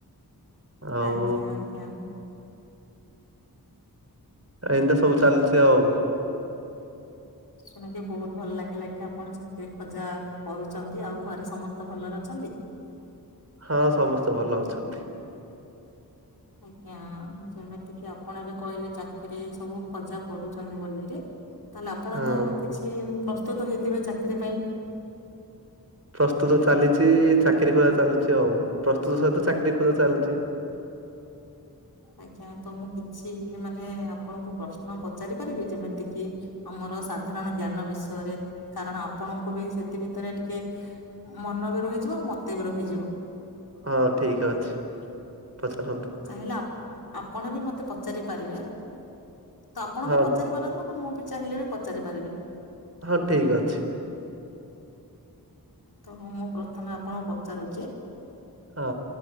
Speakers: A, on the right; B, on the left.
A: ଆଉ
B: ଆଜ୍ଞା ଆଜ୍ଞା।
A: ଏଇଁତି ସବୁ ଚାଲିଛି ଆଉ
B: ଶୁଣିକି ବହୁତ ଭଲ ଲାଗିଲା କିି ଆପଣ ଚାକିରି ଖୋଜା କରୁଛନ୍ତି ଆଉ ଘରେ ସମସ୍ତେ ଭଲରେ ଅ ଛନ୍ତି <inaudible>
A: ହଁ ସମସ୍ତେ ଭଲ ଅଛନ୍ତି।
B: ଆଜ୍ଞା ଯେମିତିକି ଆପଣ ଏବେ କହିଲେ ଚାକିରି ସବୁ ଖୋଜା କରୁଛନ୍ତି ବୋଲି କିରି ତାହେଲେ ଆପଣ
A: ହଁ।
B: ତ କିଛି ପ୍ରସ୍ତୁତ ହେଇଥିବେ ଚାକିରୀ ପାଇଁ
A: ପ୍ରସ୍ତୁତ ଚାଲିଛି ଚାକିରି ଖୋଜା ଚାଲିଛି ଆଉ ପ୍ରସ୍ତୁତ ସହିତ ଚାକିରି ଖୋଜା ଚାଲିଛି ଆଉ।
B: <unintelligible> ଆଜ୍ଞା ତ ମୁଁ କିଛି ମାନେ ଆପଣଙ୍କୁ ପ୍ରଶ୍ନ ପଚାରି ପାରିବି ଯେମିତି କିି ଆମ ସାଧାରଣ ଜ୍ଞାନ ବିଷୟରେ କାରଣ ଆପଣଙ୍କୁ ବି ସେଥି ଭିତରେ ଟିକେ ମନ ବିର ରହିଯିବ ମତେ ବି ରହିଯିବ।
A: ହଁ ଠିକ ଅଛି ପଚାରନ୍ତୁ?
B: ଚାହିଁଲେ ଆପଣ ବି ମତେ ପଚାରି ପାରିବେ ତ ଆପଣ
A: ହଁ
B: ବି ପଚାରି ପାରନ୍ତୁ ନା ମୁଁ ବି ଚାହିଁଲେ ବି ପଚାରି ପାରିବେ।
A: ହଁ ଠିକ ଅଛି
B: ତ ମୁଁ ପ୍ରଥମେ ଆପଣଙ୍କୁ ପଚାରୁଛି
A: ହଁ।